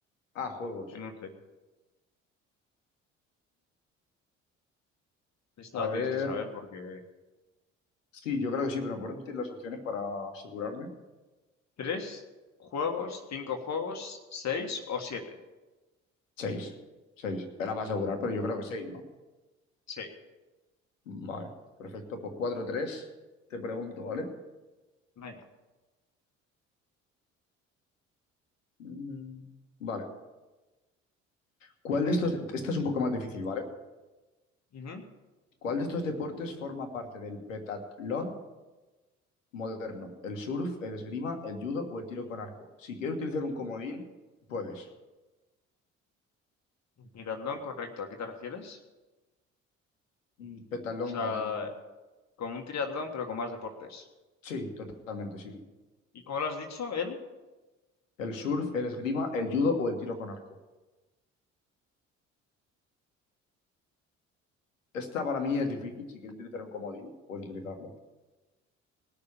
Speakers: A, on the left; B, on the left.
A: Ah, juegos.
B: en un set? Esta
A: A
B: la
A: ver.
B: tienes que saber porque
A: Sí, yo creo que sí, pero ¿me puedes repetir las opciones para asegurarme?
B: tres juegos, cinco juegos, seis o siete.
A: Seis. Seis. Era para asegurar, pero yo creo que seis, ¿no?
B: Sí,
A: Vale, perfecto. Pues cuatro tres. te pregunto, ¿vale?
B: venga.
A: Mm, Vale. ¿Cuál de estos, esta es un poco más difícil, ¿vale?
B: Ujú.
A: ¿Cuál de estos deportes forma parte del petatlón moderno? ¿El surf, el esgrima, el judo o el tiro con arco? Si quieres utilizar un comodín, puedes.
B: Triatlón, correcto. ¿A qué te refieres?
A: Mm, Pentatlón
B: O sea,
A: moderno.
B: como un triatlón, pero con más deportes.
A: Sí, totalmente, sí.
B: ¿Y cómo lo has dicho, él?
A: El surf, el esgrima, el judo o el tiro con arco. Esta para mí es difícil. Si quieres utilizar un comodín, puedes utilizarlo.